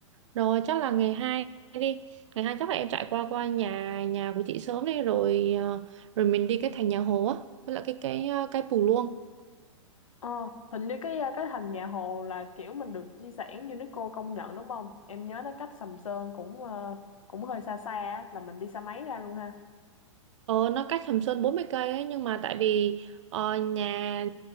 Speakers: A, on the right (about 65°); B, on the left (about 75°).
A: Rồi chắc là ngày hai đi. Ngày hai chắc là em chạy qua qua nhà nhà của chị sớm đi rồi ờ, rồi mình đi cái thành nhà Hồ á với lại cái cái ờ, cái Pù Luông.
B: Ờ, hình như cái ờ, cái thành nhà Hồ là kiểu mình được di sản UNESCO công nhận đúng không? Em nhớ nó cách Sầm Sơn cũng ờ, cũng hơi xa xa á, là mình đi xe máy ra luôn ha.
A: Ờ, nó cách Sầm Sơn 40 cây ấy, nhưng mà tại vì ờ, nhà